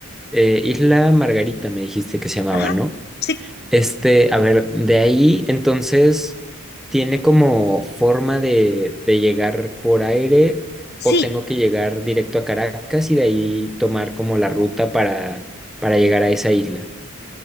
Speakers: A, in the centre; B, on the left (about 50°).
A: Eh, Isla Margarita me dijiste que se llamaba,
B: Ajá,
A: ¿no?
B: sí,
A: Este, a ver, de ahí entonces tiene como forma de, de llegar por aire
B: sí.
A: o tengo que llegar directo a Caracas y de ahí tomar como la ruta para, para llegar a esa isla.